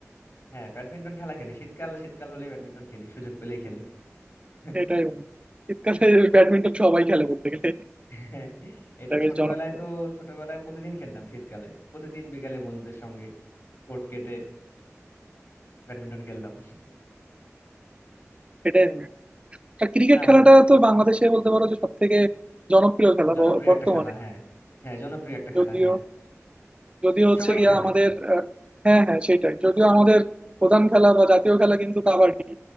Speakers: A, on the left; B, on the right.
A: হ্যাঁ ব্যাডমিন্টন খেলা খেলি শীতকাল শীতকাল হলেই ব্যাডমিন্টন খেলি সুযোগ পেলেই খেলি <laughs>
B: এটাই মনে হয়। শীতকালে ব্যাডমিন্টন সবাই খেলে বলতে গেলে
A: হ্যাঁ, এটা
B: এটা বেশ
A: ছোটবেলায়
B: জনপ্রিয়
A: তো ছোটবেলায় প্রতিদিন খেলতাম শীতকালে প্রতিদিন বিকালে বন্ধুদের সঙ্গে কোর্ট কেটে ব্যাডমিন্টন খেলতাম
B: এটাই মনে হয়। আর ক্রিকেট
A: না আমাদের
B: খেলাটা তো বাংলাদেশে বলতে পারো যে সব থেকে জনপ্রিয় খেলা
A: জনপ্রিয়
B: ব- বর্তমানে
A: একটা খেলা হ্যাঁ হ্যাঁ জনপ্রিয় একটা
B: যদিও
A: খেলা হ্যাঁ
B: যদিও হচ্ছে
A: সবাই
B: গিয়া
A: খেলে
B: আমাদের আহ, হ্যাঁ হ্যাঁ সেটাই যদিও আমাদের প্রধান খেলা বা জাতীয় খেলা কিন্তু কাবাডি